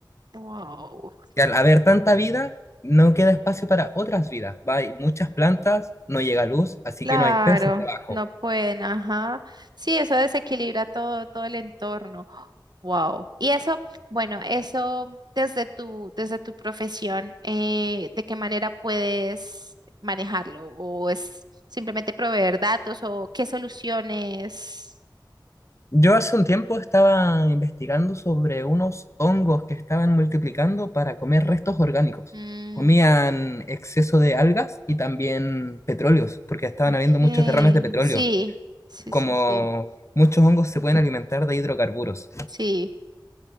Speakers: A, on the right; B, on the left.
A: Wow.
B: que al haber tanta vida, no queda espacio para otras vidas. Va, hay muchas plantas, no llega luz, así
A: Claro,
B: que no hay peces debajo.
A: no pueden, ajá. Sí, eso desequilibra todo, todo el entorno. Wow. Y eso, bueno, eso desde tu, desde tu profesión, eh, ¿de qué manera puedes manejarlo? ¿O es simplemente proveer datos o qué soluciones?
B: Yo hace un tiempo estaba investigando sobre unos hongos que estaban multiplicando para comer restos orgánicos.
A: Mm,
B: Comían exceso de algas y también petróleos, porque estaban
A: Ok.
B: habiendo muchos derrames de petróleo.
A: sí, sí,
B: Como
A: sí, sí.
B: muchos hongos se pueden alimentar de hidrocarburos.
A: Sí,